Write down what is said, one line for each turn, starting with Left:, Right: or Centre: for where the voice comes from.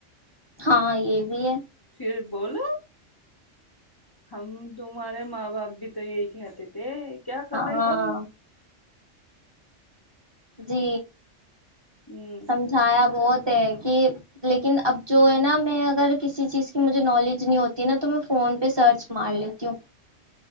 Right: ہاں یہ بھی ہے
Left: پھر بولو ہم تمہارے ماں باپ بھی تو یہی کہتے تھے کیا کر
Right: ہاں
Left: رہے ہو
Right: جی
Left: ہ
Right: سمجھایا بہت کہ لیکن اب جو ہے نا میں اگر کسی چیز کی مجھے نالج نہیں ہوتی ہے نا تو میں فون پہ سرچ مار لیتی ہوں